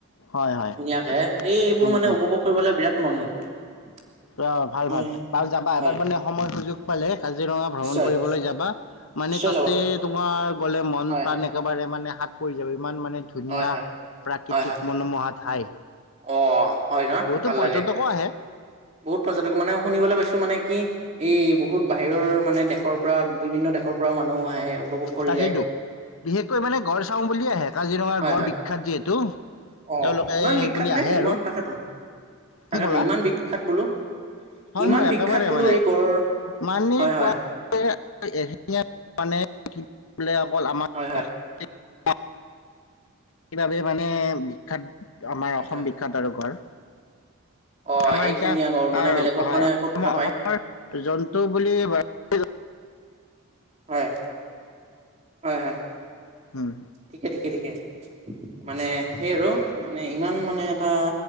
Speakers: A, on the left; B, on the right.
A: হয় হয়
B: ধুনীয়াকে, এই এইবোৰ
A: উম
B: মানে উপভোগ কৰিবলৈ বিৰাট <unintelligible>
A: অ', ভাল
B: মই
A: ভাল তাক যাবা
B: হয়
A: এবাৰ মানে সময় সুযোগ পালে কাজিৰঙা ভ্ৰমণ
B: নিশ্চয়
A: কৰিবলৈ যাবা। মানে
B: নিশ্চয়
A: তাতে
B: যাব লাগিব
A: তোমাৰ গ'লে মন-প্ৰাণ
B: হয়,
A: একেবাৰে মানে সাত পৰি যাব ইমান মানে ধুনীয়া
B: হয়, হয়,
A: প্ৰাকৃতিক
B: হয়, হয়,
A: মনোমোহা ঠাই।
B: অ', হয় ন'
A: বহুতো
B: ভাল
A: পৰ্যটকো
B: লাগে।
A: আহে
B: বহুত পৰ্যটক মানে শুনিবলৈ পাইছো মানে কি, এই বহুত বাহিৰৰ মানে দেশৰ পৰা বিভিন্ন দেশৰ পৰাও মানুহ আহে। উপভোগ কৰি
A: তাকেইতো,
B: যায়।
A: বিশেষকৈ মানে গড় চাওঁ বুলিয়ে আহে, কাজিৰঙাৰ
B: হয়,
A: গড়
B: হয়,
A: বিখ্যাত যিহেতু।
B: অ',
A: তেওঁলোকে
B: ইমান
A: সেই
B: বিখ্যাত
A: বুলি
B: নে,
A: আহে
B: ইমান
A: আৰু
B: তাকেতো, তাকেতো
A: কি ক'লা
B: ইমান বিখ্যাত বোলো।
A: হয়,
B: ইমান
A: হয়,
B: বিখ্যাত
A: একেবাৰে
B: বোলো
A: মানে,
B: এই গড়
A: মানি
B: হয়, হয়,
A: কোৱা <unintelligible> মানে <unintelligible> বোলে অকল আমাক
B: হয়, হয়,
A: <unintelligible> সেইবাবে মানে বিখ্যাত, আমাৰ
B: হয়,
A: অসম
B: হয়,
A: বিখ্যাত আৰু গঁড়।
B: অ',
A: আমাৰ
B: এইখিঙীয়া
A: এতিয়া,
B: গড় মানে
A: হয়,
B: বেলেগত
A: অসমৰ
B: মানে ক'তো নাপায়
A: অসমৰ জন্তু বুলি <unintelligible>
B: হয়, হয়, হয়,
A: উম,
B: ঠিকে ঠিকে ঠিকে। মানে সেই আৰু মানে ইমান মানে এটা